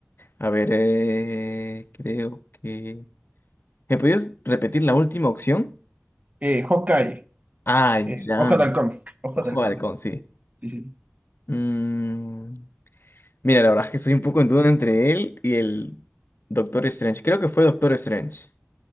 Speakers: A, on the left; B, on the right.
A: a ver, eh, creo que... ¿Me podías repetir la última opción?
B: Eh, Hawkeye.
A: Ah,
B: Eh,
A: ya.
B: ojo de halcón. Ojo
A: Ojo
B: de halcón.
A: de halcón, sí.
B: Sí, sí.
A: Mm, Mira, la verdad es que estoy un poco en duda entre él y el Doctor Strange. Creo que fue Doctor Strange.